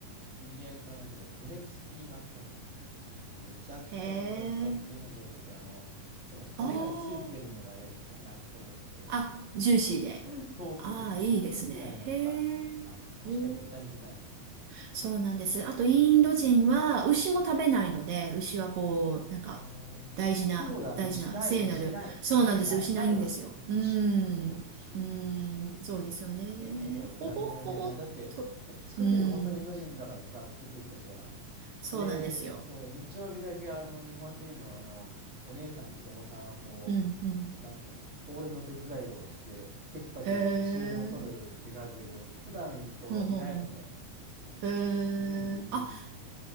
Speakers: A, in the centre; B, on the right.
A: ビリヤニかなんかで、骨付きマトンのビリヤニ、めちゃくちゃうまかったっていうのを覚えてます。
B: へえ、
A: あの、その骨がついてるのがね、
B: あ
A: こう、なんともこ
B: あ、あ、ジューシーで。
A: う、<laughs> そうそうそうそうってなりました。
B: ああ、いいですね。へえ、
A: なるほど。確かに豚肉ないですね。
B: へえ。そうなんです。あと、インド人は牛も食べないので、
A: うん
B: 牛はこう、なんか、
A: あーそうだ、
B: 大事な、大事な、
A: 牛ない、
B: 聖なる。
A: 牛ない、
B: そうなんです。
A: ない、ない、
B: 牛ないんですよ。
A: ないわ。
B: うーん。
A: 牛もないわ、牛、
B: うーん。
A: 牛。
B: そうですよね。
A: そうだよね、
B: ほぼほぼと、
A: やんない、やんない、やんない。だって、ほ作ってるの本当にインド人だからさ、
B: うーん。
A: 作ってる人たちは。
B: そうなんですよ。
A: それで、そう、日曜日だけ、あの、日本人の、あの、お姉さんっていうか、おばさんがこ
B: うん、うん。
A: う、なんていうの、ホールの手伝いをして、テキパキ注文取るっていう感じだけど、
B: へえ。
A: 普段行くといないもんね、
B: ほうほうほ
A: この人。
B: う。へえ。
A: 全部インド人だわ。
B: あ、